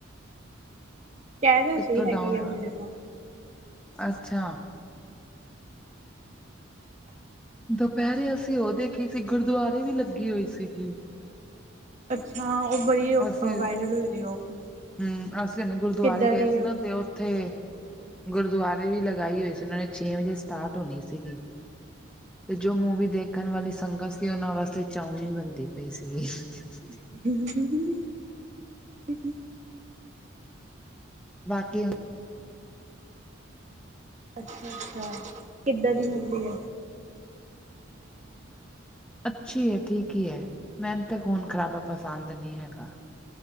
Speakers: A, on the right; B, in the centre.
A: ਕਹਿ ਰਿਹਾ
B: ਕਿੱਥੋਂ
A: ਸੀ ਹੈਗੀ
B: ਡਾਊਨ
A: ਆ
B: ਲੋਡ?
A: ਮੇਰੇ ਤੋਂ
B: ਅੱਛਾ!
A: <inaudible>
B: ਦੁਪੇਰੇ ਅਸੀਂ ਓ ਦੇਖੀ ਸੀ ਗੁਰਦਵਾਰੇ ਵੀ ਲੱਗੀ ਹੋਈ ਸੀਗੀ।
A: ਅੱਛਾ ਉਹ ਬੜੀ
B: ਅਸੀਂ
A: ਵਾਇਰਲ ਉਹ ਦੀ ਏ ਉਹ ਮੂਵੀ।
B: ਹਮ ਅਸੀਂ ਹੁਣੇ ਗੁਰਦੁਆਰੇ
A: ਕਿੱਦਾਂ
B: ਗਏ
A: ਦੀ
B: ਸੀ
A: ਆ
B: ਨਾ ਤੇ ਉੱਥੇ ਗੁਰਦਵਾਰੇ ਵੀ ਲਗਾਈ ਓਈ ਸੀ, ਉਨਾਂ ਨੇ ਛੇ ਵਜੇ ਸਟਾਰਟ ਹੋਣੀ ਸੀਗੀ। ਤੇ ਜੋ ਮੂਵੀ
A: ਅੱਛਾ।
B: ਦੇਖਣ ਵਾਲੀ ਸੰਗਤ ਸੀ, ਉਨਾਂ ਵਾਸਤੇ ਚਉਂਮੀਣ ਬਣਦੀ ਪਈ ਸੀਗੀ <unintelligible>
A: <unintelligible>
B: ਬਾਕੀ
A: ਅੱਛਾ-ਅੱਛਾ, ਕਿੱਦਾਂ ਦੀ ਮੂਵੀ ਏ? <inaudible>
B: ਅੱਛੀ ਏ, ਠੀਕ ਈ ਏ ਮੈਨੂੰ ਤੇ ਖ਼ੂਨ ਖਰਾਬਾ ਪਸੰਦ ਨੀ ਹੈਗਾ।